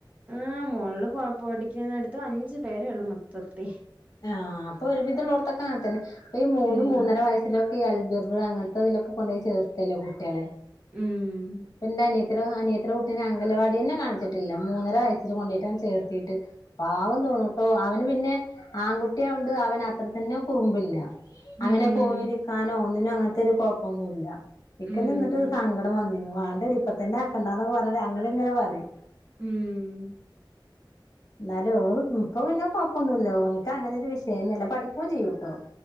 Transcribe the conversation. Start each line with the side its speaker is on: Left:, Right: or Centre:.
Right: ആ മോള് പഠിക്കുന്നടുത്ത് അഞ്ചു പേരേള്ളു മൊത്തത്തി
Left: ആ അപ്പൊ ഒരു വിധം ഉള്ളോടത്തൊക്കെ അങ്ങനത്തന്നെ അപ്പൊ ഈ മൂന്ന്
Right: ഉം
Left: മൂന്നര വയസ്സിലൊക്കെ ഈ അൽബിർ അങ്ങൻ ത്തതിലൊക്കെ കൊണ്ടോയി ചേർത്തല്ലേ കുട്ടേളെ
Right: ഉം
Left: ഇപ്പൊ ഇന്റെ അനിയത്തിടെ അനിയത്തിടെ കുട്ടിനെ അങ്കലവാടിയെന്നെ കാണിച്ചിട്ടില്ല മൂന്നര വസ്സിൽ കൊണ്ടയ്ട്ടെണ്ട് ചേർത്തി, ട്ട് പാവം തോന്നൂട്ടോ അവന് പിന്നെ ആൺകുട്ടിയാകോണ്ട് അവന് അത്ര തന്നെ കുറുമ്പില്ല അങ്ങനെ
Right: ഉം
Left: പോയിരിക്കാനോ ഒന്നിനോ അങ്ങനത്തെ ഒരു കൊഴപ്പൊന്നൂല്ല ഇക്കെന്നെ
Right: ഉം
Left: ഇന്നിട്ട് സ ങ്കടം വന്നിന്നു വാണ്ടടി ഇപ്പ തന്നെ ആക്കണ്ടാന്ന് പറഞ്ഞിട്ട് ഞങ്ങള്ങ്ങനെ പറയും
Right: ഉം
Left: ന്നാല് ഓള് ഇപ്പൊ പിന്നെ കൊഴപ്പൊന്നൂല്ല ഓൻ ഇൻക് അങ്ങനെ ഒരു വിഷയന്നെല്ല പഠിക്കൂം ചെയ്യൂട്ടോ